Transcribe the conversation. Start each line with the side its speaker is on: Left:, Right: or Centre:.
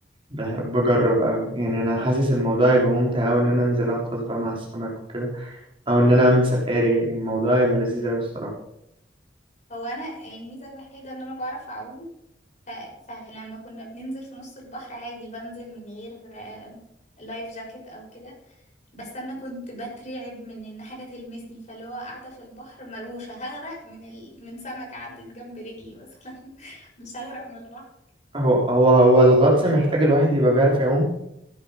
Right: بحب اجرب قوي يعني انا حاسس الموضوع هيبقى ممتع قوي ان انا انزل اغطس بقى مع السمك وكده او ان انا اعمل سفاري الموضوع هيبقى لذيذ قوي الصراحه
Left: هو انا الميزه الوحيده ان انا بعرف اعوم ف... فلما كنا بننزل في نص البحر عادي بنزل من غير آه، لايف جاكيت او كده بس انا كنت بترعب من ان حاجه تلمسني فاللي هو قاعده في البحر مروشه هغرق من ال... من سمكه عدت جنب رجلي مثلا <laughs> مش هغرق من البحر
Right: هو هو هو الغطس محتاج الواحد يبقى بيعرف يعوم